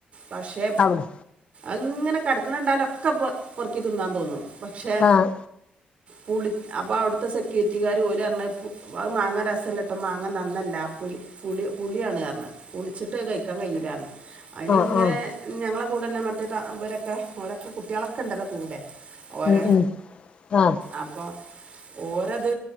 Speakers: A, on the right; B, on the left.
A: പക്ഷെ
B: അവിടെ
A: അങ്ങനെ കിടക്കണണ്ടാലൊക്കെ പ പൊറുക്കി തിന്നാൻ തോന്നും പക്ഷേ
B: ആഹ് ആഹ്
A: പുളി അപ്പോൾ അവിടുത്തെ സെക്യൂരിറ്റിക്കാർ ഓല് പറഞ്ഞ് അ മാങ്ങ രസമല്ലട്ടോ മാങ്ങ നന്നല്ല ആപ്പല പുളി പുളിയാണ് പറഞ്ഞ് പുളിച്ചിട്ട് കഴിക്കാൻ കഴിയൂലറഞ്ഞ് അതില്
B: ആഹ്
A: ഇങ്ങനെ
B: ആഹ്
A: ഞങ്ങള് കൂടെല്ലേ മറ്റ അവരൊക്കെ ഓരൊക്കെ കുട്ടികളക്കെ ഉണ്ടല്ലോ കൂടെ. ഓര
B: ഉം ഉം ആഹ്
A: അപ്പൊ ഓരത്